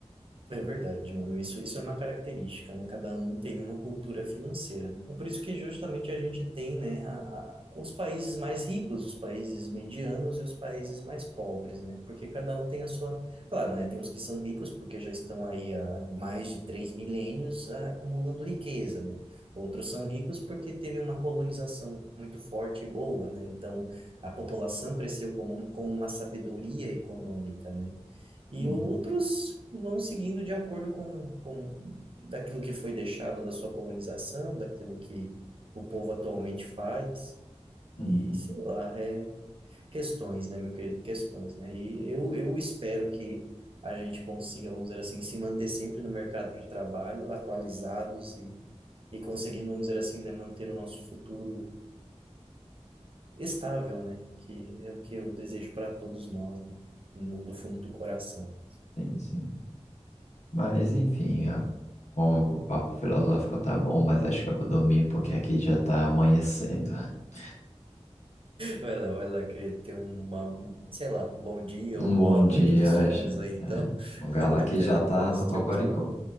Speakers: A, on the right; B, on the left.
A: É verdade, mano. Isso, isso é uma característica, né? Cada um tem uma cultura financeira, né? É por isso que justamente a gente tem, né, a, a- os países mais ricos, os países medianos e os países mais pobres, né? Porque cada um tem a sua... Claro, né? Tem os que são ricos porque já estão aí há mais de três milênios ah, acumulando riqueza, né? Outros são ricos porque teve uma colonização muito forte e boa, né? Então, a população cresceu com, um- com uma sabedoria econômica, né? E
B: Uhum,
A: outros vão seguindo de acordo com, com daquilo que foi deixado da sua colonização, daquilo que o povo atualmente faz.
B: uhum.
A: E sei lá, é questões, né, meu querido? Questões, né? E eu, eu espero que a gente consiga, vamos dizer assim, se manter sempre no mercado de trabalho, atualizados e, e conseguindo, vamos dizer assim, né, manter o nosso futuro estável, né? Que é o que eu desejo para todos nós, né? No, do fundo do coração.
B: Sim, sim. Mas, enfim, a- com- o papo filosófico tá bom, mas acho que eu vou dormir porque aqui já tá amanhecendo. <laughs>
A: Vai lá, vai lá, querido, ter uma, um, sei lá, bom dia
B: Um
A: ou boa
B: bom
A: noite
B: dia,
A: de sonos
B: acha?
A: aí, então,
B: É,
A: <laughs>
B: o galá que
A: até
B: já
A: depois.
B: tá no
A: Tchau,
B: cocoricó.
A: tchau.